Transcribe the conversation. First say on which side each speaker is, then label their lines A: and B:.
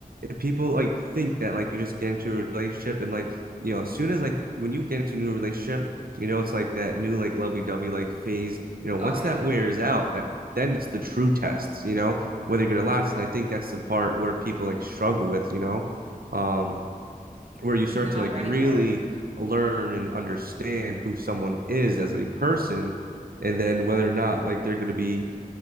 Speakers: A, on the right; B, on the right.
A: people like think that like you just get into a relationship and like you know as soon as like when you get into a new relationship you know it's like that new like lovey-dovey like phase you know once
B: Oh yeah.
A: that wears out that then it's the true test you know whether you're gonna last and I think that's the part where people like struggle with you know um where you
B: Because
A: start
B: they're not
A: to like
B: ready
A: really
B: for it.
A: learn and understand who someone is as a person and then whether or not like they're gonna be